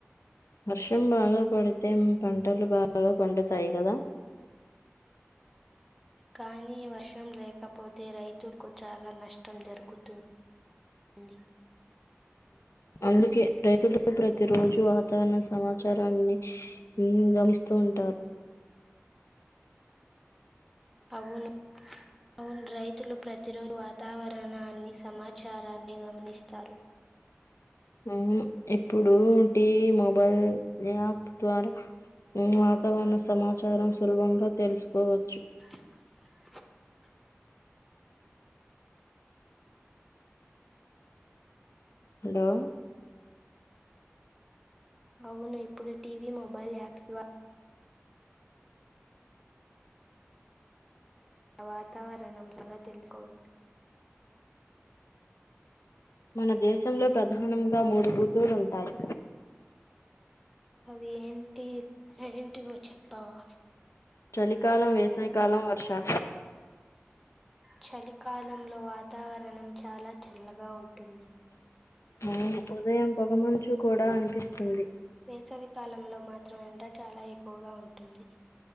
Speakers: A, on the left; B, in the centre.
A: వర్షం బాగా పడితే పంటలు బాగా పండుతాయి కదా.
B: కానీ వర్షం లేకపోతే రైతులకు చాలా నష్టం దొరుకుతుంది. అండి
A: అందుకే రైతులు ప్రతి రోజు వాతావరణ సమాచారాన్ని గమనిస్తూ ఉంటారు.
B: అవును అవును, రైతులు ప్రతిరోజు వాతావరణాన్ని, సమాచారాన్ని గమనిస్తారు.
A: అవును. ఇప్పుడు టీవీ, మోబైల్ యాప్ ద్వారా వాతావరణ సమాచారం సులభంగా తెలుసుకోవచ్చు.
B: <inaudible>
A: హలో!
B: అవును, ఇప్పుడు టీవీ, మొబైల్ యాప్స్ ద్వారా వాతావరణం సంగతి తెలుసుకోవచ్చు.
A: మన దేశంలో ప్రధానంగా మూడు ఋతువులు ఉంటాయి.
B: అవి ఏంటి ఏంటివో చెప్పావా.
A: చలికాలం, వేసవికాలం, వర్షా
B: చలికాలంలో వాతావరణం చాలా చల్లగా ఉంటుంది.
A: అవును. ఉదయం పొగమంచు కూడా అనిపిస్తుంది
B: వేసవ కాలంలో మా మాత్రం ఎండ చాలా ఎక్కువగా ఉంటుంది.